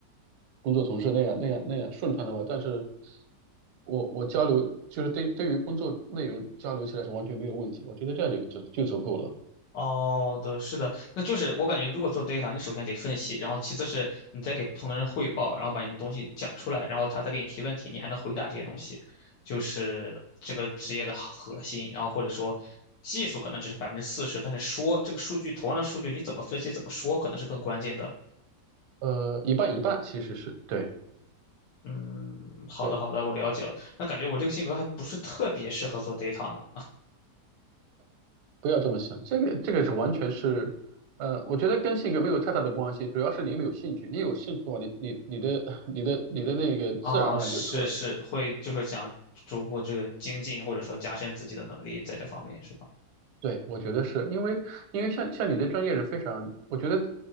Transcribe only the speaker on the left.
哦，对，是的，那就是我感觉，如果做 data，你首先得分析，然后其次是你再给不同的人汇报，然后把你的东西讲出来，然后他再给你提问题，你还能回答这些东西，就是这个职业的核心。然后或者说，技术可能只是百分之四十，但是说这个数据，同样的数据你怎么分析、怎么说，可能是更关键的。
嗯，好的，
好的，我了解了。那感觉我这个性格还不是特别适合做 data 呢。
啊，是是，会就是想逐步这个精进，或者说加深自己的能力在这方面，是吧？